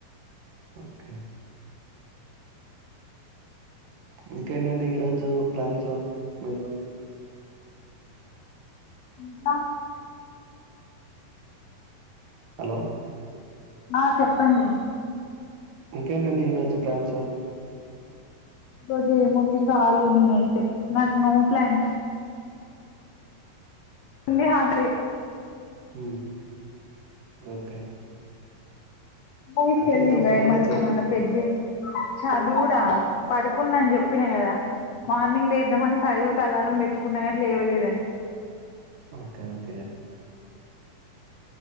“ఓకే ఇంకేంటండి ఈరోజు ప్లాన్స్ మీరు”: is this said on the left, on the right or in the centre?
Right